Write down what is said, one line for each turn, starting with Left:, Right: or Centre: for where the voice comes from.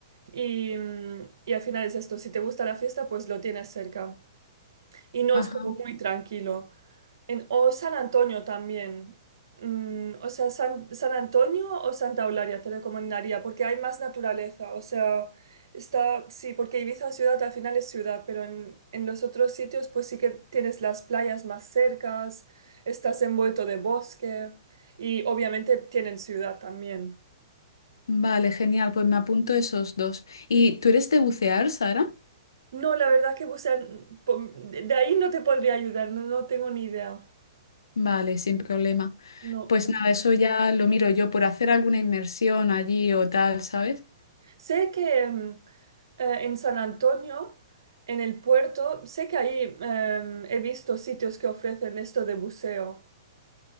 Right: Y, mm, y al final es esto, si te gusta la fiesta, pues lo tienes cerca. Y no
Left: Ajá.
Right: es como muy tranquilo. En, o San Antonio también. Mm, o sea, San, San Antonio o Santa Eulalia te recomendaría porque hay más naturaleza. O sea, está, sí, porque Ibiza ciudad al final es ciudad, pero en, en los otros sitios pues sí que tienes las playas más cercas, estás envuelto de bosque y obviamente tienen ciudad también.
Left: Vale, genial, pues me apunto esos dos. ¿Y tú eres de bucear, Sara?
Right: No, la verdad es que bucear, mm, po- de ahí no te podría ayudar, no, no tengo ni idea.
Left: Vale, sin problema.
Right: No.
Left: Pues nada, eso ya lo miro yo por hacer alguna inmersión allí o tal, ¿sabes?
Right: Sé que mm, eh, en San Antonio, en el puerto, sé que ahí em, he visto sitios que ofrecen esto de buceo.